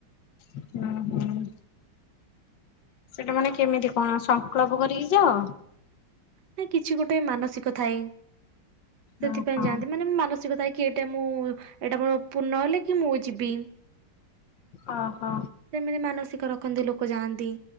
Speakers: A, on the left; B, on the right.
A: ହୁଁ ହୁଁ। ସେଟା ମାନେ କେମିତି କଣ ସଂକଳ୍ପ କରିକି ଯାଅ।
B: ନା କିଛି ଗୋଟେ ମାନସିକ ଥାଏ ସେଥିପାଇଁ
A: ଓହୋ
B: ଯାଆନ୍ତି। ମାନେ ମାନସିକ ପାଇଁ। କି ଏଇଟା ମୁଁ ଏଇଟା ମୋର ପୂର୍ଣ୍ଣ ହେଲେ କି ମୁଁ ଯିବି।
A: ଓ ହ।
B: ସେମିତି ମାନସିକ ରଖନ୍ତି ଲୋକ ଯାଆନ୍ତି।